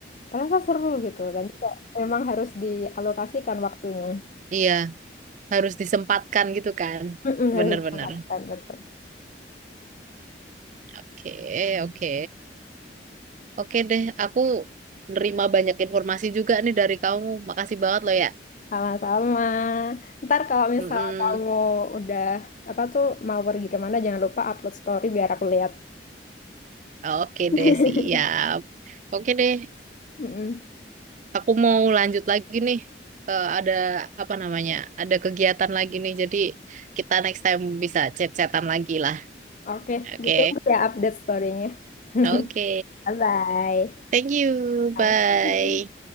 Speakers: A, on the left (about 45°); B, on the right (about 45°).
A: ternyata seru gitu dan juga memang harus dialokasikan waktunya
B: iya harus disempatkan gitu kan.
A: Mm-mm, harus
B: Bener-bener.
A: disempatkan betul
B: Oke, oke. Oke deh, aku nerima banyak informasi juga nih dari kamu. Makasih banget loh ya.
A: sama-sama ntar kalau misalnya
B: Mm-mm.
A: kamu udah apa tuh mau pergi kemana jangan lupa upload story biar aku lihat
B: Oke
A: <laughs>
B: deh, siap. Oke deh,
A: Mm-mm.
B: aku mau lanjut lagi nih. Eh, ada apa namanya? Ada kegiatan lagi nih. Jadi kita next time bisa chat-chatan lagi lah.
A: Oke,
B: Oke,
A: ditunggu ya update story-nya. <laughs>
B: oke.
A: Bye-bye.
B: Thank you.
A: Sama-sama.
B: Bye.